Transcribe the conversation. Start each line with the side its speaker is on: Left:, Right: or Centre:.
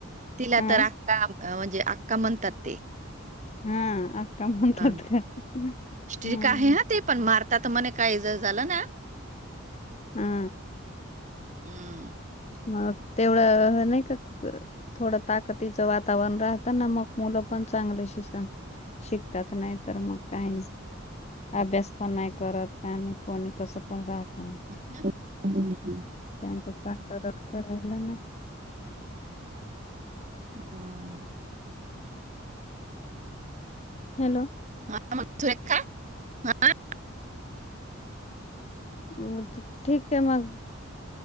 Right: तिला
Left: हा
Right: तर आक्का म्हणजे आक्का म्हणतात ते.
Left: हा अक्का म्हणतात
Right: हं.
Left: का?
Right: स्ट्रिक
Left: हम.
Right: आहे हा ते पण मारतात मणे काही जर झालं ना.
Left: हा.
Right: हम्म.
Left: मग तेवढं नाही करत. थोडं ताकतीचं वातावरण राहत ना मग मुलं पण चांगलं शिकण, शिक तात नाही तर मग काय नाही. अभ्यास पण नाही करत काय आणि कोणी कसं पण राहत मग.
Right: <unintelligible>
Left: त्यांचा चांगलं लक्ष राहिलं ना.
Right: हम.
Left: हॅलो.
Right: <inaudible>
Left: म ठीक आहे मग,